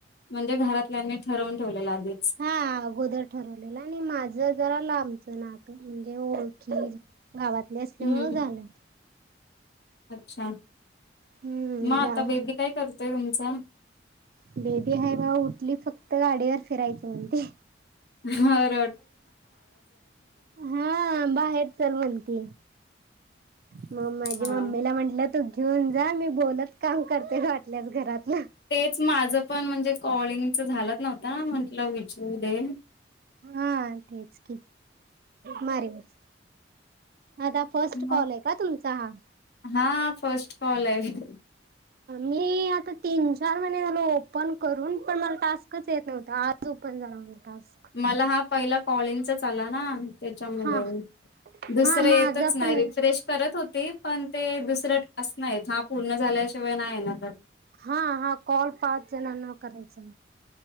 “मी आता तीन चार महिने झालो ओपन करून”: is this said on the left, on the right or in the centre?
Right